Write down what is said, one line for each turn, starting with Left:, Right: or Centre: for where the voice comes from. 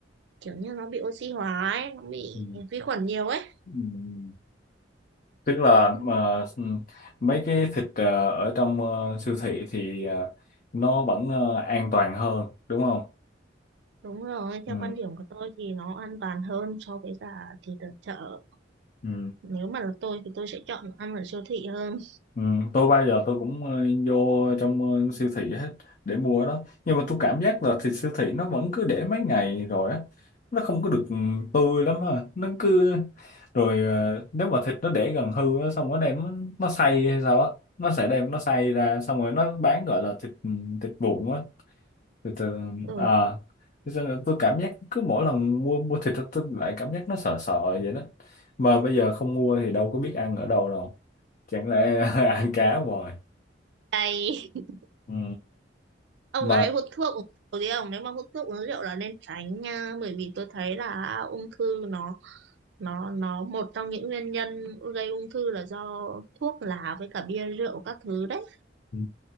Right: kiểu như nó bị oxy hóa ấy, nó bị
Left: ừ
Right: vi khuẩn nhiều ấy
Left: ừ ừ. tức là
Right: Ừ,
Left: mà ừ, mấy cái thịt ờ, ở trong ờ, siêu thị thì ờ, nó vẫn ờ, an toàn hơn đúng không
Right: đúng rồi theo
Left: ừ
Right: quan điểm của tôi thì nó an toàn hơn so với cả thịt ở chợ
Left: ừ
Right: nếu mà là tôi thì tôi sẽ chọn ăn ở siêu thị hơn
Left: Ừ, tôi bao giờ tôi cũng ờ, vô trong ờ, siêu thị hết để mua đó nhưng mà tôi cảm giác là thịt siêu thị nó vẫn cứ để mấy ngày rồi á nó không có được ừ, tươi lắm ha nó cứ rồi ờ, nếu mà thịt nó để gần hư á xong nó đem nó, nó xay hay sao á nó sẽ đem nó xay ra xong rồi nó bán gọi là thịt ừ, thịt vụn á thịt ờ,
Right: ừ,
Left: à Thế cho nên tôi cảm giác cứ mỗi lần mua mua thịt tôi lại cảm giác nó sợ sợ vậy đó mà bây giờ không mua thì đâu có biết ăn ở đâu đâu chẳng lẽ <laughs> ăn cá hoài
Right: cay <laughs>
Left: ừ.
Right: ông
Left: mà
Right: ấy hút thuốc uống rượu gì không nếu mà hút thuốc uống rượu là nên tránh nha bởi vì tôi thấy là ung thư nó nó nó một trong những nguyên nhân gây ung thư là do thuốc lá với cả bia rượu các thứ đấy
Left: ừ.